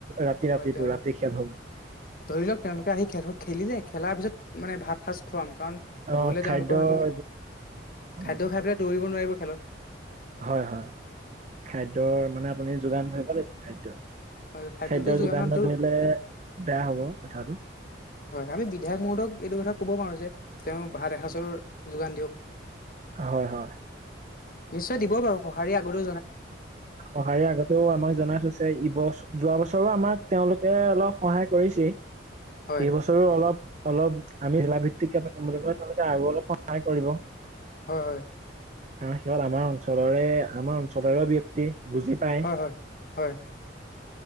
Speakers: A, on the right (about 40°); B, on the left (about 50°).
A: ৰাতি
B: হয়
A: ৰাতিটো
B: তেওঁলোক
A: ৰাতি খেল হ'ব
B: ধৰি লওক তেওঁলোকে আহি খেল খন খেলিলে খেলাৰ পিছত মানে ভাত সাঁজ খুৱাম কাৰণ
A: অ
B: নহলে
A: খাদ্যৰ
B: তেওঁলোকৰ হয়তো।
A: অ
B: খাদ্য খাই পেলাই দৌৰিব নোৱাৰিব খেলত।
A: হয় হয় খাদ্যৰ মানে আপুনি যোগান ধৰিব লাগিব খাদ্য।
B: হয় খাদ্যটো
A: খাদ্য
B: যোগানত
A: যোগান নধৰিলে
B: দূৰ
A: বেয়া হ'ব কথাটো।
B: হয়, আমি বিধায়ক মহোদয়ক এইটো কথা ক'ব পাৰো যে তেওঁ ভাত এসাঁজৰ যোগান দিয়ক।
A: হয় হয়।
B: নিশ্চয় দিব বাৰু। সঁহাৰি আগতো
A: সঁহাৰি আ তো আমাক জনাইছ থৈছে ইবছ, যোৱা বছৰো আমাক তেওঁলোকে অলপ সহায় কৰিছে।
B: হয়
A: এই বছৰো অলপ, অলপ আমি জিলা ভিত্তিকে পাতিম বুলি ক'লে তেওঁলোকে আৰু অলপ সহায় কৰিব।
B: হয় হয়।
A: সিহঁত আমাৰ অঞ্চলৰে আমাৰ অঞ্চলৰে ব্যয়ক্তি বুজি পায়।
B: হয় হয়।